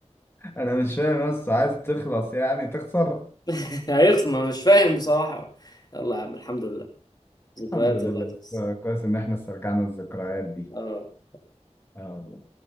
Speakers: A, on the left (about 20°); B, on the left (about 35°).
A: انا مش فاهم بس عايز تخلص يعني تخسر
B: <laughs> هيخسر ما أنا مش فاهم بصراحة يلا يا عم الحمد لله ذكريات
A: الحمد لله
B: والله يا زوز.
A: كويس ان احنا استرجعنا الذكريات دي
B: اه
A: اه والله